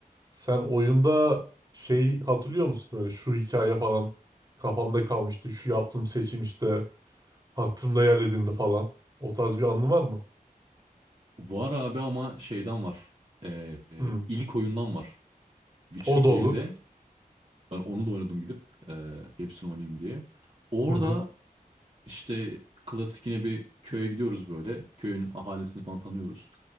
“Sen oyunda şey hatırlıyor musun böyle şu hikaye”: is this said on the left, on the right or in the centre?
Right